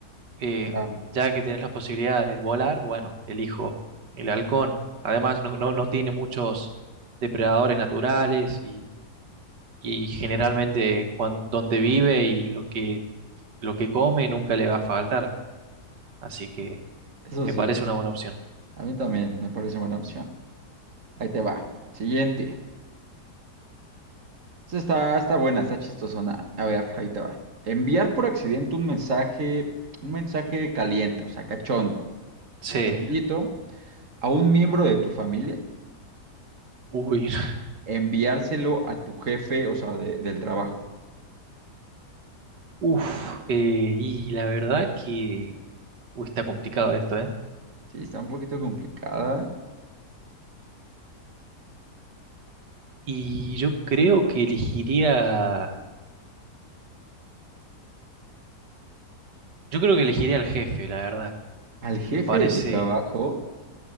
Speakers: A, on the right; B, on the right.
A: eh,
B: Claro.
A: ya que tienes la posibilidad de volar, bueno, elijo el halcón. Además, no, no, no tiene muchos depredadores naturales y, y generalmente cuan- donde vive y lo que, lo que come nunca le va a faltar. Así que
B: Eso
A: me
B: sí,
A: parece una buena opción.
B: a mí también me parece buena opción. Ahí te va. Siguiente. Esta está, está buena, está chistosona. A ver, ahí te va. Enviar por accidente un mensaje, un mensaje caliente, o sea, cachondo,
A: Sí,
B: cachondito, a un miembro de tu familia,
A: uy, <laughs>
B: enviárselo a tu jefe, o sea, de- del trabajo.
A: uff, y la verdad que uy, está complicado esto, ¿eh?
B: Sí, está un poquito complicada.
A: Y yo creo que elegiría... Yo creo que elegiría al jefe, la verdad.
B: Al jefe
A: Me parece,
B: de tu trabajo,